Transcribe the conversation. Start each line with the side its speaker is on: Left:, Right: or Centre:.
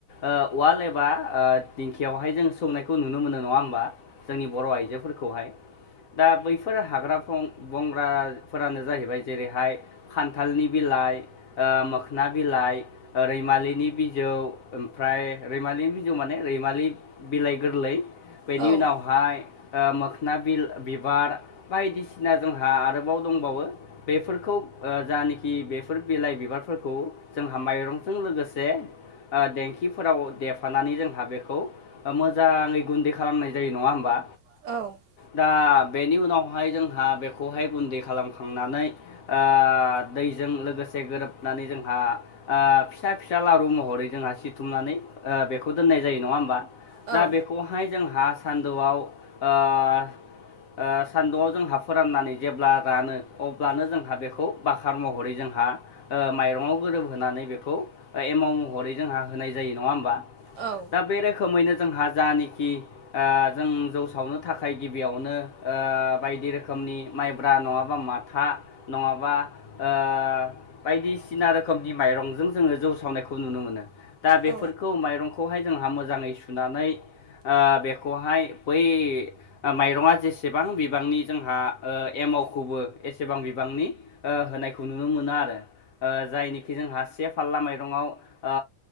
Left: ओ उवाल एबा ओ दिंखियावहाय जोङो सौनायखौ नुनो मोनो नङा होमबा? जोंनि बर' आइजोफोरखौहाय दा बैफोर हाग्रा बं बंग्राफोरानो जाहैबाय जेरैहाय खान्थालनि बिलाइ ओ मोखोना बिलाइ रैमालिनि बिजौ ओमफ्राय रैमालिनि बिजौ माने रैमालि बिलाइ गोरलै। बेनि
Right: औ
Left: उनावहाय मोखोना बि बिबार बायदिसिना जोंहा आरोबाव दंबावो। बेफोरखौ ओ जानाखि बेफोर बिलाइ बिबारफोरखौ जोंहा माइरंजों लोगोसे ओ देंखिफोराव देफानानै जोंहा बेखौ मोजाङै गुन्दै खालामनाय जायो नङा होमबा?
Right: औ
Left: दा बेनि उनावहाय जोंहा बेखौहाय गुन्दै खालामखांनानै आ दैजों लोगोसे गोरोबनानै जोंहा आ फिसा फिसा लारु महरै जोंहा सिथुमनानै ओ बेखौ दोननाय जायो नङा होमबा?
Right: औ
Left: दा बेखौ फाय जोंहा सान्दुंआव ओ ओ सान्दुंआव जोंहा फोराननानै जेब्ला रानो अब्लानो जोंहा बेखौ बाखार महरै जोंहा ओ माइरंआव गोरोबहोनानै बेखौ एमाव महरै जोंहा होनाय जायो नङा होमबा?
Right: औ
Left: दा बे रोखोमैनो जोंहा जानाखि जों जौ सावनो थाखाय गिबियावनो ओ बायदि रोखोमनि माइब्रा नङाबा माथा नङाबा ओ बायदिसिना रोखोमनि माइरंजों जोङो जौ सावनायखौ नुनो मोनो। दा
Right: औ
Left: बेफोरखौ माइरंखौहाय जोंहा मोजाङै सुनानै ओ बेखौहाय बै माइरङा जेसे गोबां बिबांनि जोंहा ओ एमावखौबो एसेबां बिबांनि ओ होनायखौ नुनो मोनो आरो। ओ जायनिखि जोंहा से फालला माइरङाव ओ